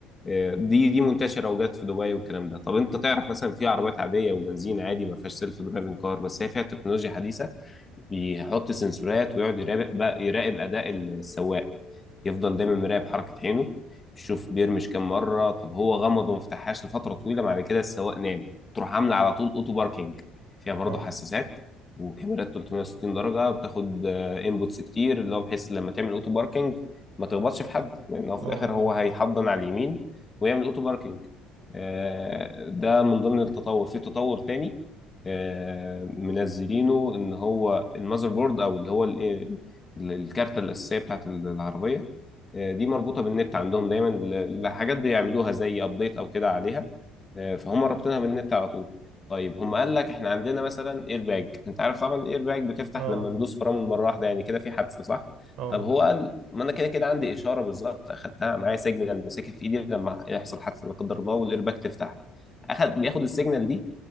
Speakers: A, on the left (about 25°); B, on the right (about 60°).
A: آه، دي دي منتشرة وجات في دبي والكلام ده طب أنت تعرف مثلا في عربيات عادية وبنزين عادي ما فيهاش سيلف درايفنج كار بس هي فيها تكنولوجيا حديثة بيحط سنسورات ويقعد يراقب بقى يراقب أداء السواق يفضل دايما مراقب حركة عينه يشوف بيرمش كام مرة طب هو غمض وما فتحهاش لفترة طويلة بعد كده السواق نام تروح عاملة على طول اوتو باركينج فيها برضه
B: اه
A: حساسات وكاميرات 360 درجة بتاخد انبوتس كتير اللي هو بحيث لما تعمل اوتو باركينج ما تخبطش في حد لأن هو في
B: اه
A: الآخر
B: اه
A: هو هيحضن على اليمين ويعمل اوتو باركينج آه، ده من ضمن التطور في تطور تاني آه، منزلينه ان هو المذر بورد او اللي هو ال- ال- الكارتة الأساسية بتاعت العربية آه، دي مربوطه بالنت عندهم دايما ل- لحاجات بيعملوها زي ابديت او كده عليها آه، فهم رابطينها بالنت على طول طيب هم قال لك احنا عندنا مثلا اير باج انت عارف طبعا الاير باج بتفتح
B: اه
A: لما ندوس فرامل مره واحده يعني كده في حادثه صح
B: اه
A: طب هو قال ما انا كده كده عندي اشاره بالظبط اخدتها معايا سيجنال ماسكها في ايدي لما يحصل حادثه لا قدر الله والاير باج تفتح اخد بياخد السيجنال دي